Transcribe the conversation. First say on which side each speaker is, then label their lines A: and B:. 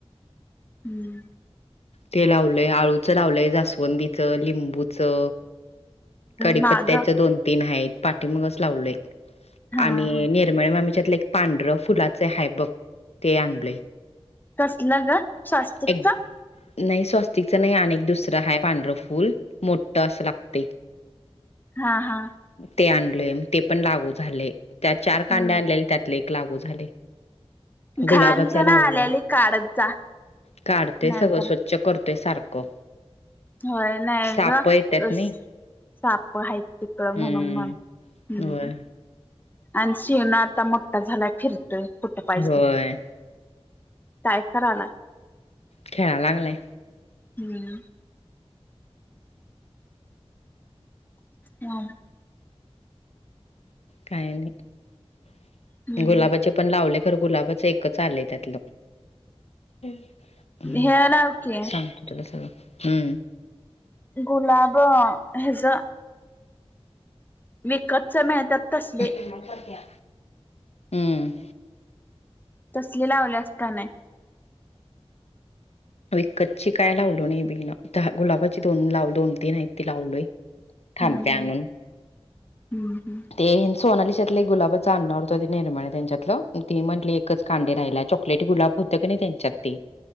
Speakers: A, on the left (about 15°); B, on the left (about 75°).
A: हुम.
B: ते लावलंय अळूचं लावलंय जास्वंदीच लिंबूचा. कढीपत्त्याचे
A: माग
B: दोन-तीन आहेत पाठीमागे लावलंय. <unintelligible>
A: हा हा
B: त्यातलं एक पांढर फुलाचं आहे बघ ते आणलय.
A: कसलं ग स्वस्त
B: एक
A: इकचा.
B: नाही स्वस्तिकचा नाही आणि एक दुसरं एक आहे पांढर फुल मोठा असा लागतय.
A: हा हा.
B: ते आणले ते पण लागू झाले त्या चार कांड्या
A: हम्म
B: आलेल्या त्यातलं एक लागू झालंय.
A: घाण
B: गुलाबाचं
A: ते ना
B: लावलंय
A: आलेली काढत जा
B: काढते
A: नाहीतर
B: सगळं स्वच् चेक करतोय सारखं.
A: माया नाय
B: साप
A: ग
B: येत्यात नाही
A: साप हायती. तर म्हणून
B: हम्म
A: मन हुम.
B: होय.
A: अनशेना आत्ता मोठा झालाय फिरतोय कुठे पाहिजे
B: होय
A: तिथं. टाईप करालाय.
B: खेळा लागलाय.
A: हुम. मंग.
B: काय नाही
A: हम्म
B: गुलाबाची. पण लावलं तर गुलाबाचं एकच आलय त्यातलं हुम. हुम
A: हे लाव की
B: सांगते तुला सगळं हुम.
A: गुलाब याचं. मेकअपचं ज्ञातेत तसले.
B: मग पत्या. हम्म.
A: तसले लावल्यास का, नाही.
B: विकतची काय लावलं नाही बाईना, तर हा गुलाबाची दोन लावलो दोन तीन आहे ती लावलंय.
A: हम्म
B: थांबते
A: हम्म
B: आणून.
A: हम्म हम्म
B: तेन सोनाली त्यांच्यातलं एक गुलाबच आणणार होतो, आणि निर्मळ त्यांच्यातला पण ती म्हटली एकच कांदे राहिलाय, चॉकलेटी गुलाब होतं की नाय त्यांच्यात ते?